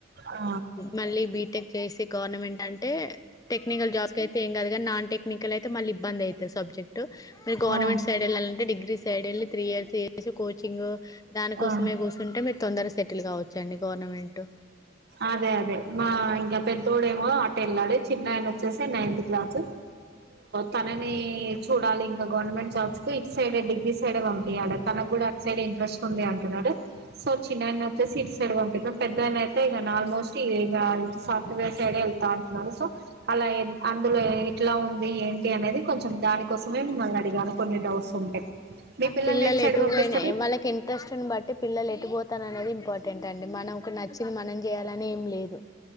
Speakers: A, on the right (about 55°); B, on the left (about 20°).
A: ఆ
B: మళ్ళ బిటెక్ చే గవర్నమెంట్ అంటే టెక్నికల్ జాబ్స్ క అయితే ఏం కాదునీ నాన్ టెక్నికల్ అయితే మళ్ళీ ఇబ్బంది అవుతుంది సబ్జెక్ట్ మ గవర్నమెంట్
A: ఆ
B: పల్లాలంటే డిగ్రీ సైడ్ వెళ్ళి త్రీ ఇయర్స్ చేసి కోచింగ్ దాని కోసమే
A: ఆ
B: కూర్చుంటే మీరు తొందరగా సెటిల్ కావచ్చుండి గవర్నమెంట్
A: అదే అదే మా ఇంకా పెద్దోడేమో ఆట వెళ్ళాడు చిన్న ఆయన వచ్చేసి నైన్త్ క్లాస్ తనని చూడాలి ఇంకా గవర్నమెంట్ జాబ్స్ కు ఇ సైడ్ డిగ్రీ సైడ్ పంపించాల మన కూడా అ సైడ్ ఇంట్రెస్ట్ ఉంది అంటున్నాడు సో చిన్న అయితే సిట్ సైడ్ పంపిం పెద్ద అయి అేగాని ఆల్మోస్ట్ ఇ సాఫ్ట్వేర్ సైడ్ వెళ్తా అంటున్నారు సో అలా అందులో ఇట్లా ఉ ఏంటి అనేది కొంచెం దాని కోసమే మిమ్మల్ని అడిగాను కొన్ని డౌట్స్ ఉంటాయి మీ పిల్లల్ని
B: పిల్లలు ఎటు
A: సైడ్ పంపిస్తారు
B: పోయినాయి వాళ్ళకి ఇంట్రస్ట్ని బట్టి పిల్లలు ఎటు పోతాన అనేది ఇంపార్టెంట్ అండి మనం ఒక నచ్చింది మనం చేయాలని ఏం లేదు